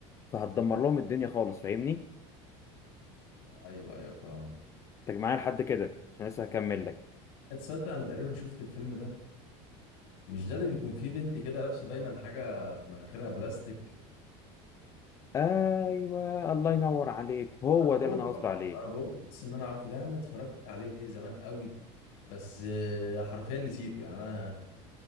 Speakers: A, on the left (about 20°); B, on the left (about 70°).
A: فهتدمر لهم الدنيا خالص فاهمني
B: ايوه ايوه فاهمك
A: انت معايا لحد كده عشان لسه هكمل لك
B: تصدق انا تقريبا شفت الفيلم ده مش ده اللي بيكون فيه بنت كده لابسه دايما حاجه في مناخيرها بلاستيك
A: ايوه الله ينور عليك هو
B: انا بقول
A: ده اللي انا قصدي
B: برضه
A: عليه
B: انا بقول بس ان انا عارفه ده يا عم اتفرجت عليه زمان قوي بس آه، حرفيا نسيته يعني انا